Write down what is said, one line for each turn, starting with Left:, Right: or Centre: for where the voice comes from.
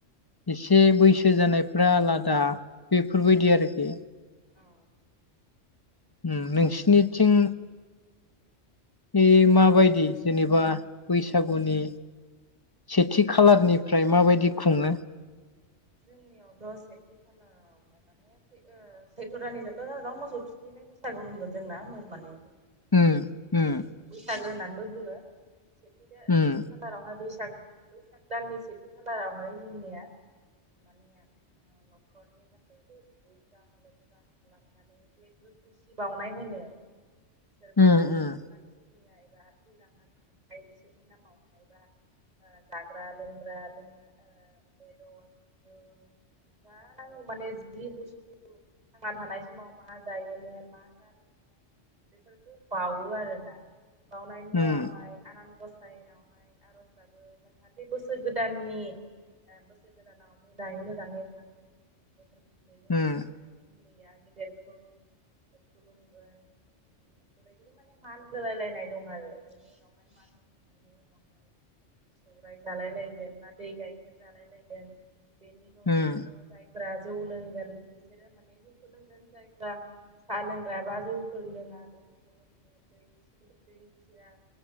Left: एसे बैसो जानायफ्रा आलादा। बेफोरबायदि आरोखि।
Right: औ।
Left: उम नोंसिनिथिं बे माबायदि जेनेबा बैसागुनि सेथि खालारनिफ्राय माबायदि खुङो?
Right: जोंनियाव दस सेथि खालारावहाय माने ओ सैथ्र' दाननि जोबथा सानाव मोसौ थुखैनाय बैसागु होनगोन जोंना मो माने थुखैनाय
Left: उम उम
Right: मोसौ बैसागो होननानैबो बुङो। बिदिनो सेथि
Left: उम
Right: खा खालारावहाय बैसाग बैसाग दाननि सेथि खालारावहाय जोंनिया माने नखरनि गासैबो दुदैस्रा लोबस्रां खालामनानै जे बो खुसि बावनाय होनो सोरबा
Left: उम
Right: नखरनि
Left: उम
Right: मानसि थैनायबा थैलांना थांबाय बिसोरनि नामाव मायबा जाग्रा लोंग्रा लोंना ओ बेदर
Left: <inaudible>
Right: जौ जा नांगौ माने जि बुस्थु थांना थानाय समाव मा जायोमोन मा जानोमोन बेफोरखौ बावो आरोना बावनायनि
Left: उम
Right: उनावहाय आनान गसाइनावहाय आरज जाहाथे बोसोर गोदाननि बोसोर गोदानाव मोजाङै मोजाङै थाङो बेनि
Left: उम
Right: उनावहाय उन्दैया गेदेरखौ खुलुमगोन बेबायदि माने मान होलायलायनाय दं आरो बेनि उनावहाय मा <inaudible> उनावहाय सौराइ जालाय लायगोन बा दै गायखेर जालाय लायगोन <inaudible> बेनि न'
Left: उम
Right: बेनि न' जायफोरा जौ लोंगोन बिसोरो माने लोंगोन जायफ्रा सा लोंग्रा बा जौफोर लोङा बेफोरखौ दै <inaudible> दै सिरा